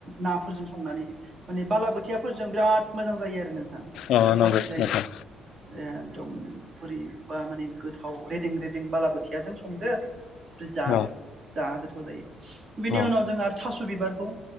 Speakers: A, on the right; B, on the left.
A: नाफोरजों संनानै माने बालाबोथियाफोरजों बिराद मोजां जायो आरो नोंथां
B: अ
A: गोथावसिन
B: नंगौ
A: जायो
B: नोंथां
A: एदम बोरैबा माने गोथाव रेदें रेदें बालाबोथियाजों संदो जादो
B: औ
A: जा गोथाव जायो बिनि
B: औ
A: उनाव जोंहा थास' बिबारखौ